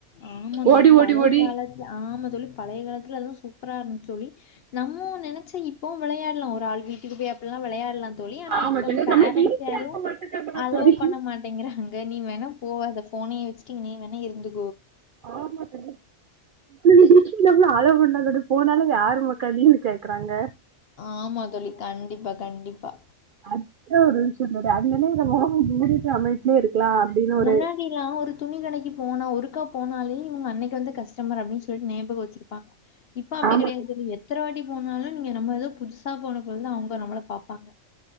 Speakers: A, on the left; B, on the right.
A: ஆமா தோழி
B: ஓடி
A: பழைய
B: ஓடி ஓடி
A: காலத்து ஆமா தோழி பழைய காலத்துல அதுலா சூப்பரா இருந்துது தோழி நம்மோ நெனச்சா இப்பவு வெளையாடலா ஒரு ஆள் வீட்டுக்கு பேய் அப்டில்லா வெளையாடலா தோழி ஆனா
B: ஆமா
A: இப்ப
B: தோழி
A: பேரன்ஸ்
B: நம்மள வீட்ல
A: யாரு
B: இருக்க மாட்டேங்றாங்களா
A: அலோவ்
B: தோழி
A: பண்ண மாட்டேங்கிறாங்க நீ வேணா போவாத போனே வச்சுட்டு இங்னே வேணா இருந்து
B: <unintelligible> <unintelligible> அலோவ் பண்ணதா போனாலு யாருமக்கா நீன்னு கேக்குறாங்க
A: ஆமா தோழி கண்டிப்பா கண்டிப்பா
B: அது ஒரு சொல்ல அதுனாலயே மூடிட்டு நம்ம வீட்லயே இருக்கலா அப்டின்னு
A: முன்ன
B: ஒரு
A: அப்பலா ஒரு துணி கடைக்கு போனா ஒருக்கா போனாலே இவங்க அன்னைக்கு வந்த கஸ்டமர் அப்டின்னு சொல்லி ஞாபக வச்சிரு ப்பா இப்ப அப்டி
B: ஆமா
A: கெடையாது <unintelligible> எத்தினவாட்டி போனாலு நீங்க நம்ம எதோ புதுசா போன போல தா அவங்க நம்மள பாப்பாங்க